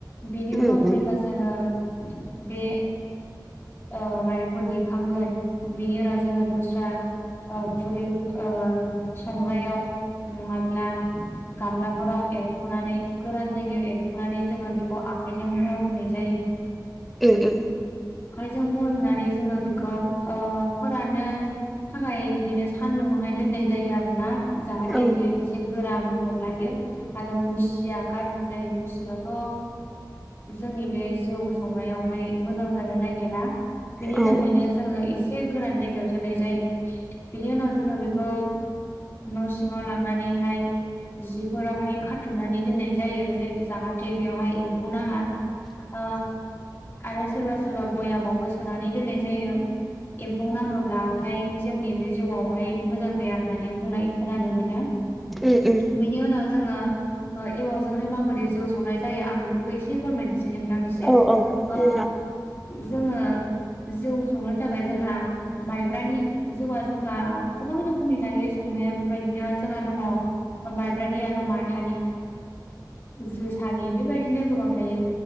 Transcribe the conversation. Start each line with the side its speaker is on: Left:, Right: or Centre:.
Left: बेनि
Centre: उम
Left: उनाव
Centre: उम
Left: जेब्ला जोङो बे ओ माइरंखौ दिखांगोन बेनि उनाव जोङो दस्रा खुरै ओ संग्रायाव नङाब्ला गामलाफोराव एरख'नानै गोरान जायगायाव एरख'नानै जोङो बेखौ आखाइजों महर होनाय जायो
Centre: ओ ओ
Left: जों बनानै जोङो बेखौ फोराननो थाखाय बिदिनो सानदुंहाय दोनो नाय जायो आरोना जाहाथे
Centre: औ
Left: बियोसे गोरा महर लायो आरो मुसिया गाज्रि जायो मुसिबाथ' जोंनि बे जौ संनायाव हाय मोजां जानो नागिरा बेनि
Centre: औ
Left: थाखायनो जोङो एसे गोरान जायगायाव दोननाय जायो बिनि उनाव जोङो बेखौ न' सिङाव लांनानैहाय जिफोरावहाय खाथुमनानै दोननाय जायो जाहाथे बेवहाय एम्फौ नाङा ओ आरो सोरबा सोरबा बयामावबो सोनानै दोननाय जायो एम्फौ नाङोब्लाथाय जोंनि बे जौवावहाय मोजां जाया होननानै बुंनाय खोनानो मोनो
Centre: उ उ
Left: बेनि उनाव जोङो एमाव जोंहाय माबोरै जौ संनाय जायो आं बेखौबो एसे फोरमायनोसै नोंथांनिसिम
Centre: औ औ उम उम
Left: ओ
Centre: उम औ औ
Left: जोङो जौ संनो थाखाय जोंहा माइब्रानि जौआ जोंहा गोबां रोखोमनि थायो संनाया बेबायदिनो जोंहा दङ माइब्रानि आरो माथानि जोसानि बेबायदिनो खोमनि थायो